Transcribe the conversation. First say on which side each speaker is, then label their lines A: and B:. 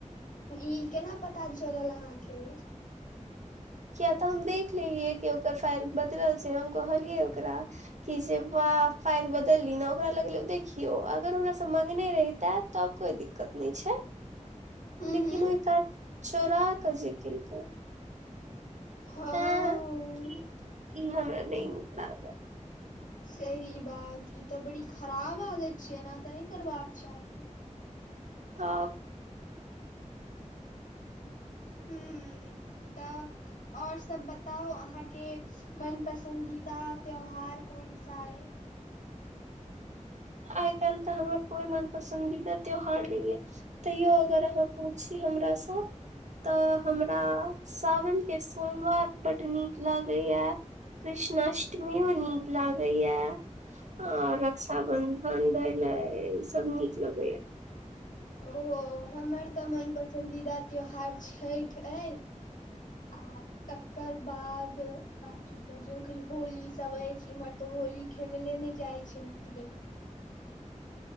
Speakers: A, on the left; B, on the right.
A: ई केना पता चलल अहाँके
B: किये तऽ हम देख लेलियै कि ओकर फाइल बदलल छै हम कहलियै ओकरा। कि छै जे बा फाइल बदली न ओकरा लगले देखियो अगर हमरा स मंगने रहिता तब कोई दिक्कत नय छै
A: हूँ
B: लेकिन
A: हूँ
B: ओहि कात चोरा क जे केलकै
A: हँ
B: तें ई ई हमरा नय नीक लागल
A: सही बात ई त बड़ी खराब आदत छै न एना त नय करबाक चाही
B: तब
A: हूं तऽ आओर सब बत बताउ अहाँके मनपसन्दीदा त्यौहार कौन सा अइ
B: आइ काल्हि तऽ हमरा कोइ मन पसन्दीदा त्यौहार नै एछ तैयो अगर अहाँ पूछि हमरासँ तऽ हमरा सावनके सोमवार बड्ड नीक लागैया कृष्णाअष्टमी ओ नीक लागैया आर रकक्षाबन <unintelligible> सब नीक लगैया
A: ओ हमर तऽ मन पसन्दीदा त्यौहार छठि अइ आ तकर बाद बकी त जे होली सब अछि इमहर तऽ होली खेल ले नय जाइ छै नीक जे कऽ